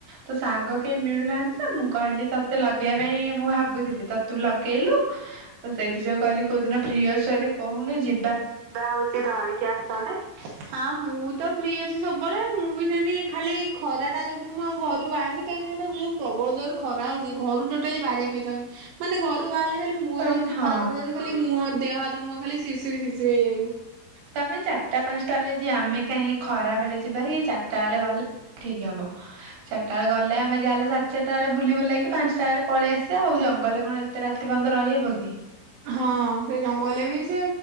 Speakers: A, on the right; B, on the right.
A: ତୋ ସାଙ୍ଗ କେହି ମିଳୁନାହାନ୍ତି ତ ମୁଁ କହିଲି ତୋତେ ଲଗେଇବା ପାଇଁ ମୁଁ ଭାବୁଥିଲି ତ ତୁ ଲଗେଇଲୁ ତ ସେଇଠି ଯୋଉ କଇଲି କୋଉ ଦିନ ଫ୍ରି ଅଛୁ ଜଦି କହୁନୁ ଯି
B: ବା ହଉଚି ଧରିକି ଆସନ୍ତେ। ହଁ ମୁଁ ତ ଫ୍ରି ଅଛି ସବୁ ବେଳେ ମୁଁ ବି ସେତି ଖାଲି ଖରାଟା ଯୋଗୁ ମୁଁ ଆଉ ଘରୁ ବାହାରୁନି କାହିଁକିନା ଏଟା ଯଉ ପ୍ରବଳ ଜୋରରେ ଖରା ହଉଛି ଘରୁ ଟୋଟାଲି ବାହାରିବାପାଇଁ ଇଛାହଉନି ମାନେ ଘରୁ ବାହାର ଖାଲି ମୁଁହରେ
A: ତ ଆମେ
B: ଯଦି
A: ହଁ
B: ଖରା ପଡ଼ିଯାଉଛି ଖାଲି ମୁଁହ ଦେହ ହାତ ମୁହ ଖାଲି ସିରଶିରି ସିରଶିରି ହେଇ ଯାଉ
A: ତ ଆମେ ଚାରିଟା ପାଞ୍ଚଟା ବେଳେ ଯିବା ଆମେ କାହିଁ ଖରା ବେଳେ ଯିବା କି ଚାରିଟା ବେଳେ ଗଲେ ଠିକ ହବ। ଚାରିଟା ବେଳେ ଗଲେ ଆମେ ଯାହେଲେ ସା ଚାରିଟା ବେଳେ ବୁଲି ବୁଲେଇକି ପାଞ୍ଚଟା ବେଳେ ପଳେଇ ଆସିବା ଆଉ ଜଙ୍ଗଲରେ କଣ ଏତେ ରାତି ପର୍ଯ୍ୟନ୍ତ ରହିହବ କି?
B: ହଁ ସେ ଜଙ୍ଗଲରେ ବି ସେ